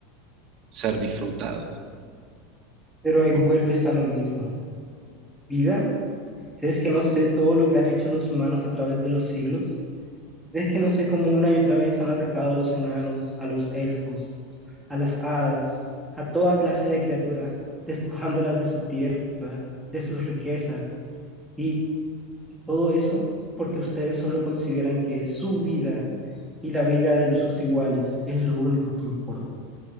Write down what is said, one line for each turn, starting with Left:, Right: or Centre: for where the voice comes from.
Right: ser disfrutado
Centre: pero ahí
Right: por
Centre: vuelves a lo mismo. ¿Vida? ¿Crees que no sé todo lo que han hecho los humanos a través de los siglos? ¿Crees que no sé cómo una y otra vez han atacado a los enanos, a los elfos, a las hadas, a toda clase de criatura, despojándolas de su tierra, de sus riquezas? Y todo eso porque ustedes solo consideran que su vida y la vida de los sus iguales es lo único que importa.